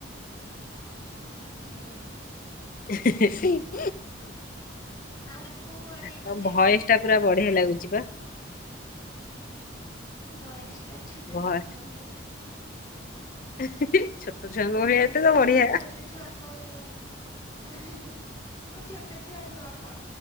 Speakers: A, on the left; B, on the left.
A: ଓ ହ ହେ ହେ
B: ହୁଁ ହୁଁ
A: ଆଉ କୁ କୁଆଡ଼େ
B: ତମ
A: ଗଲେଣି
B: ଭଏସ ଟା ପୁରା ବଢିଆ ଲାଗୁଛି ବା
A: ଭଏସ ଟା ଛୋଟ
B: ଭଏ
A: ଛୁଆଙ୍କ ଭଳିଆ।
B: <inaudible> ଛୁଆଙ୍କ ଭଳିଆ
A: ଭଏସ
B: ଏତେ ତ
A: ଟା
B: ବଢିଆ।
A: ଖାଲି ଛୋଟ ଛୁଆଙ୍କ ଭଳିଆ। ମୁଁ ଛୋଟ ଛୋଟ ଛୁଆ ନୁହଁ ମ